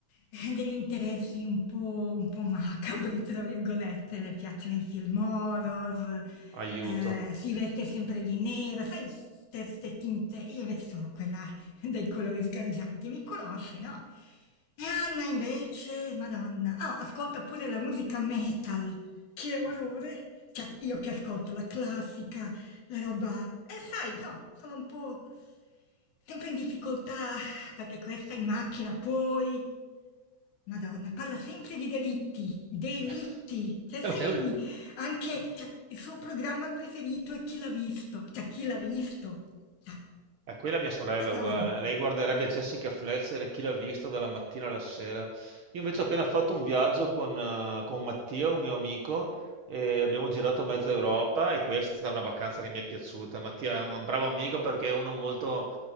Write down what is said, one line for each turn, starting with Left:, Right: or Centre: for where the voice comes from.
Left: eh, degli interessi un po', un po' macabri, tra virgolette, le piacciono i film horror,
Right: Aiuto.
Left: eh, si veste sempre di nera, sai, queste tinte. Io invece sono quella dai colori sgargianti, mi conosci, no? E Anna invece, Madonna, oh, ascolta pure la musica metal, che orrore! Cioè, io che ascolto la classica la roba... E sai, no, sono un po' sempre in difficoltà perché questa in macchina poi... Madonna, parla sempre di delitti, delitti.
Right: <laughs>
Left: Cioè, sai,
Right: È un-
Left: anche cioè, il suo programma preferito è Chi l'ha visto. Cioè, chi l'ha visto? Cioè,
Right: È quella mia sorella
Left: Madonna.
Right: è uguale, lei guarderebbe Jessica Fletcher e chi l'ha vista dalla mattina alla sera. Io invece ho appena fatto un viaggio con, eh, con Mattia, un mio amico, e abbiamo girato mezza Europa e questa è stata una vacanza che mi è piaciuta. Mattia è un bravo amico perché è uno molto,